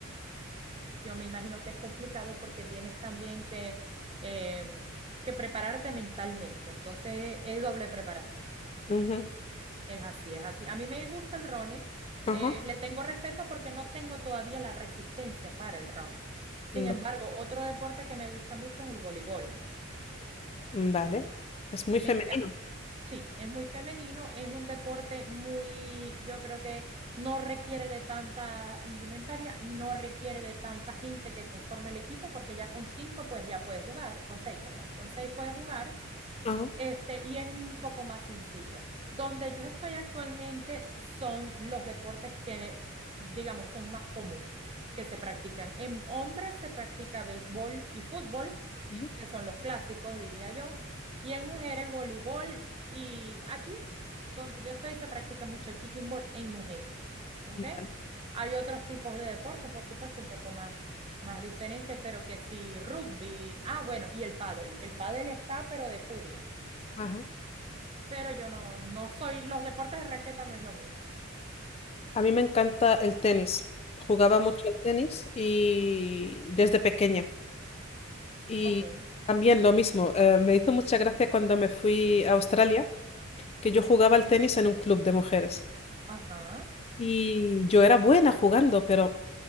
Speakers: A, on the right (about 30°); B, on the left (about 30°).
A: Sí. Yo me imagino que es complicado porque tienes también que, eh, que prepararte mentalmente, entonces es doble preparación.
B: Ujú,
A: Es así, es así. A mí me gusta el running.
B: Ajá.
A: eh, le tengo respeto porque no tengo todavía la resistencia para el running. Sin
B: Va-
A: embargo, otro deporte que me gusta mucho es el voleibol.
B: Vale. Es muy
A: Me
B: femenino.
A: encanta Sí, es muy femenino, es un deporte muy, yo creo que no requiere de tanta indumentaria, no requiere de tanta gente que conforme el equipo, porque ya con cinco pues ya puedes jugar, con seis, perdón, con seis puedes jugar,
B: Ajá.
A: este, y es un poco más sencillo. Donde yo estoy actualmente son los deportes que, digamos, son más común que se practican. En hombres se practica béisbol y fútbol
B: ujú,
A: que son los clásicos, diría yo. Y en mujeres, voleibol. Y aquí, donde yo estoy, se practica mucho el kicking ball en mujeres. ¿Ok?
B: Vale.
A: Hay otros tipos de deportes, por supuesto, un poco más, más diferentes, pero que sí, rugby. Ah, bueno, y el pádel. El pádel está, pero de furia.
B: Ajá.
A: Pero yo no, no soy, los deportes de raqueta no es lo mío.
B: A mí me encanta el tenis. Jugaba mucho al tenis y desde pequeña. Y
A: Ok.
B: también lo mismo, eh, me hizo mucha gracia cuando me fui a Australia, que yo jugaba al tenis en un club de mujeres.
A: Ajá.
B: Y yo era buena jugando, pero